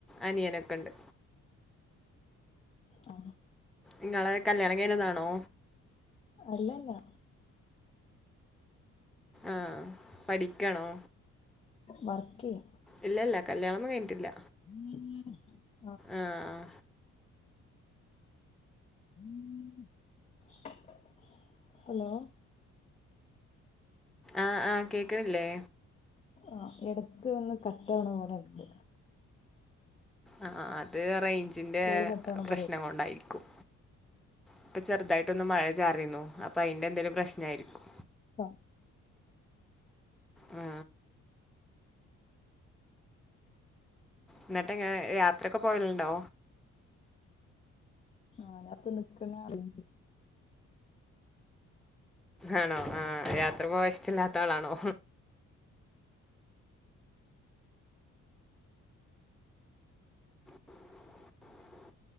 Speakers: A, in the centre; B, on the left.
A: അനിയനൊക്കെണ്ട്.
B: ആ.
A: നിങ്ങളെ കല്യാണം കയിഞ്ഞതാണോ?
B: അല്ലല്ല
A: ആ പഠിക്കണോ?
B: വർക്കിയാ
A: ഇല്ല ഇല്ല കല്യാണൊന്നും കഴിഞ്ഞിട്ടില്ല.
B: <unintelligible>
A: ആഹ്
B: <unintelligible> ഹലോ
A: ആ ആ കേക്കണില്ലേ
B: ആ എടക്ക് ഒന്ന് കട്ടാവണ പോലെണ്ട്
A: ആ അത് അറേഞ് ിന്റെ
B: കോള് കട്ടാവണ
A: പ്രശ്നം
B: പോലെ
A: കൊണ്ടായിരിക്കും ഇപ്പൊ ചെറുതായിട്ടൊന്ന് മഴ ചാറുന്നു അപ്പൊ അതിന്റെ എന്തേലിലും പ്രശ്ന ആയിരിക്കും
B: ആ
A: ആ എന്നിട്ട് എങ്ങനെ യാത്രയൊക്കെ പോയലണ്ടോ
B: ആ അപ്പൊ നിിക്കുന്ന അ
A: ആണോ ആ യാത്ര പോവശ്ടല്ലാത്ത ആളാണോ <inaudible>